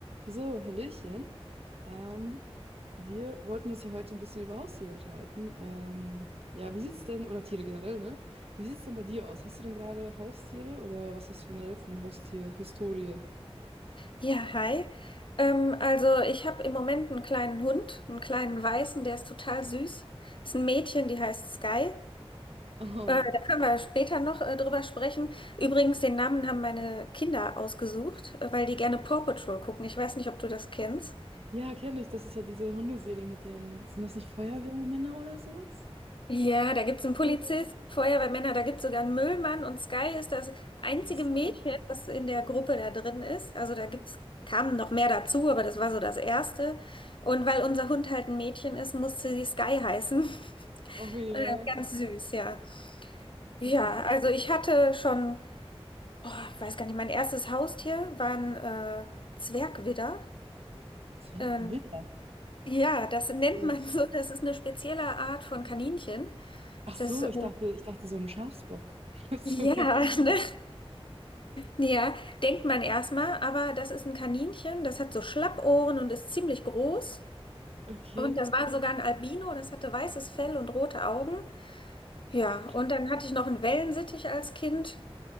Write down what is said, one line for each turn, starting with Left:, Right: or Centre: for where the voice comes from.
Right: So, Hallöchen. Ähm, wir wollten uns ja heute ein bisschen über Haustiere unterhalten. Ähm, ja, wie sieht's denn, oder Tiere generell, ne? Wie sieht's denn bei dir aus? Hast du denn gerade Haustiere oder was hast du generell für eine Haustierhistorie? <laughs>
Left: Ja, hi. Ähm, also ich habe im Moment einen kleinen Hund, einen kleinen Weißen, der ist total süß. Ist ein Mädchen, die heißt Sky.
Right: Oh,
Left: Äh, da können wir später noch äh, drüber sprechen. Übrigens, den Namen haben meine Kinder ausgesucht, äh, weil die gerne Paw Patrol gucken. Ich weiß nicht, ob du das kennst.
Right: ja, kenne ich. Das ist ja diese Hundeserie mit den, sind das nicht Feuerwehrmänner oder sowas?
Left: Ja, da gibt's einen
Right: Ja.
Left: Polizisten, Feuerwehrmänner, da gibt's sogar einen Müllmann und Sky ist das einzige
Right: Ach so.
Left: Mädchen, das in der Gruppe da drin ist. Also da gibt's, kamen noch mehr dazu, aber das war so das Erste. Und weil unser Hund halt ein Mädchen ist, musste sie Sky heißen. <laughs>
Right: Oh ja,
Left: Äh, Ganz süß, ja. Ja,
Right: richtig.
Left: also ich hatte schon, boah, ich weiß gar nicht, mein erstes Haustier war ein äh, Zwergwidder.
Right: Zwergwitter.
Left: Ähm, ja, das nennt
Right: So.
Left: man so, das ist eine spezielle Art von Kaninchen.
Right: Ach
Left: Das
Right: so,
Left: äh,
Right: ich dachte, ich dachte so ein Schafsbock. <laughs> Ach so,
Left: Ja,
Right: ja.
Left: <laughs> ne? Ja, denkt man erstmal, aber das ist ein Kaninchen, das hat so Schlappohren und ist ziemlich groß.
Right: Okay.
Left: Und das war sogar ein Albino, das hatte weißes Fell und rote Augen. Ja,
Right: Ach krass.
Left: und dann hatte ich noch einen Wellensittich als Kind.